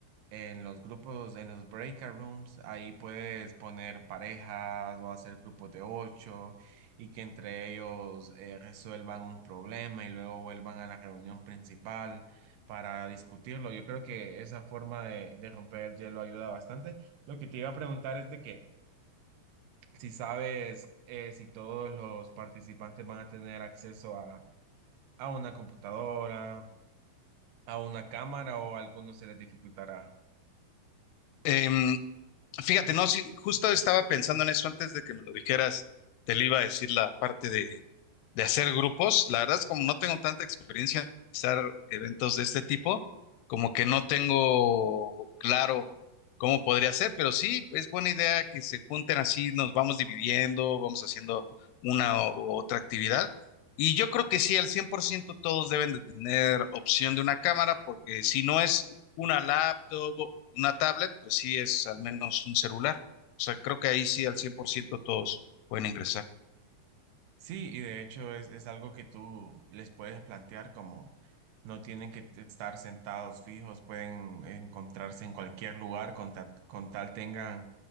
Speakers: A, on the right; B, on the left.
A: en los grupos, en los breakout rooms, ahí puedes poner parejas o hacer grupos de ocho y que entre ellos eh, resuelvan un problema y luego vuelvan a la reunión principal para discutirlo. Yo creo que esa forma de, de romper el hielo ayuda bastante. Lo que te iba a preguntar es de que si sabes eh, si todos los participantes van a tener acceso a, a una computadora, a una cámara o a algunos se les dificultará.
B: Em, Fíjate, no, sí, justo estaba pensando en eso antes de que me lo dijeras, te lo iba a decir la parte de, de hacer grupos. La verdad es como no tengo tanta experiencia en realizar eventos de este tipo, como que no tengo claro cómo podría ser, pero sí, es buena idea que se junten así, nos vamos dividiendo, vamos haciendo una u otra actividad. Y yo creo que sí, al 100% todos deben de tener opción de una cámara, porque si no es una laptop, o una tablet, pues sí es al menos un celular. O sea, creo que ahí sí al 100% todos pueden ingresar.
A: Sí, y de hecho es, es algo que tú les puedes plantear como no tienen que t- estar sentados fijos, pueden encontrarse en cualquier lugar con, ta- con tal tengan